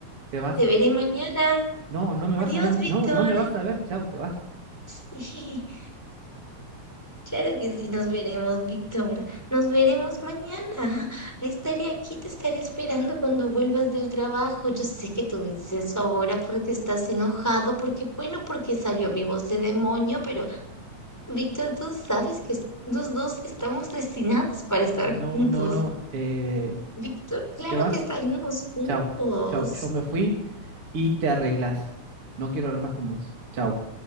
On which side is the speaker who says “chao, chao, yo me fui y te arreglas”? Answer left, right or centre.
Right